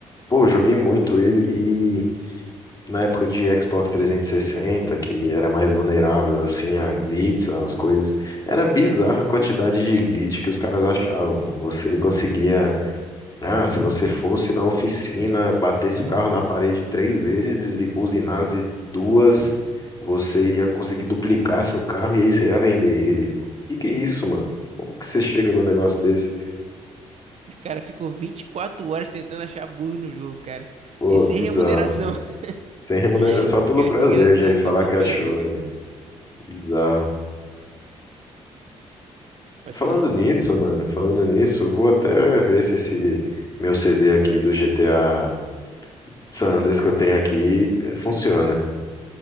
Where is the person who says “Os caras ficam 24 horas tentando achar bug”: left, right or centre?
Right